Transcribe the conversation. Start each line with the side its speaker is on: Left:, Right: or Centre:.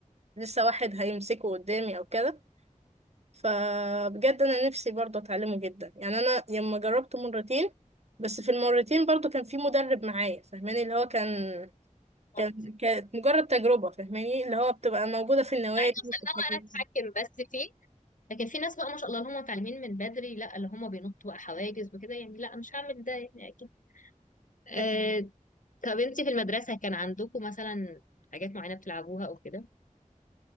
Right: لسه واحد هيمسكه قدامي او كده فبجد انا نفسي برضو اتعلمه جدا يعني انا لما جربته مرتين بس في المرتين برضو كان في مدرب معايا فاهماني اللي هو كان
Left: طب
Right: كانت كانت مجرد تجربة فاهماني اللي هو بتبقى موجودة في النوادي
Left: عايزه اوصل
Right: وفي
Left: ان
Right: الحاجات
Left: هو انا
Right: دي
Left: اتحكم بس فيه لكن في ناس بقى ما شاء الله اللي هم متعلمين من بدري لا اللي هم بينطوا بقى حواجز وكده يعني لا مش هعمل ده يعني اكيد آه
Right: كان
Left: طب انت في المدرسه كان عندكم مثلا حاجات معينه بتلعبوها او كده